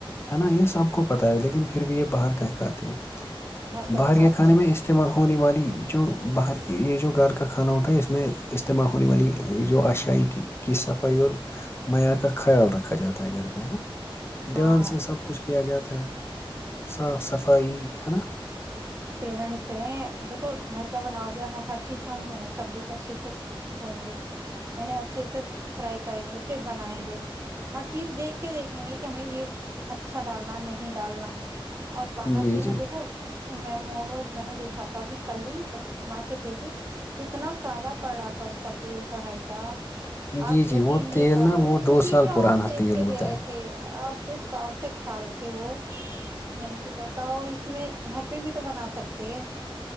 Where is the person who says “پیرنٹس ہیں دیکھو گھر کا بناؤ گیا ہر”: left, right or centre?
Right